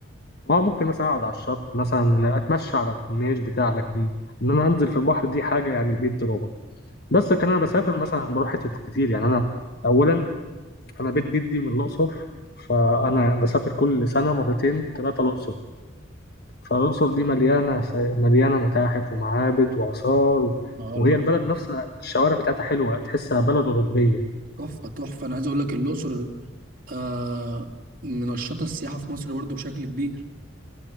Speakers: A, on the left; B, on the right.
A: اه ممكن مثلا اقعد على الشط مثلا اتمشى على الكورنيش بتاع لكن ان انا انزل في البحر دي حاجه يعني بيت تروما بس كان انا بسافر مثلا بروح حتت كتير يعني انا اولا انا بيت جدي من الاقصر فانا بسافر كل سنه مرتين ثلاثه الاقصر فالأقصر دي مليانة مليانة متاحف ومعابد وآثار
B: اه
A: وهي
B: الأقصر
A: البلد نفسها الشوارع بتاعتها حلوة تحسها بلد أوروبية
B: تحفة تحفة أنا عايز أقول لك الأقصر آه منشطة السياحة في مصر برضو بشكل كبير